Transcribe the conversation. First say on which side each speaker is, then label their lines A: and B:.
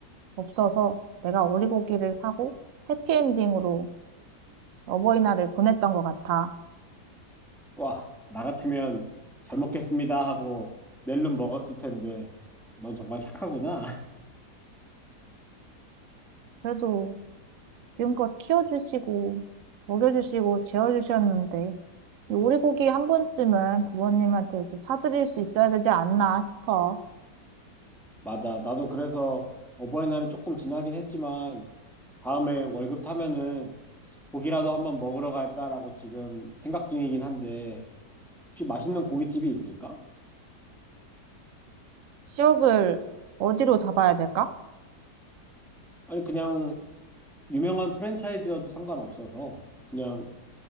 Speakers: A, on the right; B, in the centre.
A: 없어서 내가 오리고기를 사고 해피엔딩으로 어버이날을 보냈던 것 같아.
B: 와, 나 같으면 잘 먹겠습니다 하고 낼름 먹었을 텐데 넌 정말 착하구나.
A: 그래도 지금껏 키워주시고 먹여주시고 재워주셨는데 이 오리고기 한 번쯤은 부모님한테 이제 사드릴 수 있어야 되지 않나 싶어.
B: 맞아. 나도 그래서 어버이날이 조금 지나긴 했지만 다음에 월급 타면은 고기라도 한번 먹으러 갈까라고 지금 생각 중이긴 한데 혹시 맛있는 고깃집이 있을까?
A: 지역을 어디로 잡아야 될까?
B: 아니 그냥 유명한 프랜차이즈여도 상관없어서 그냥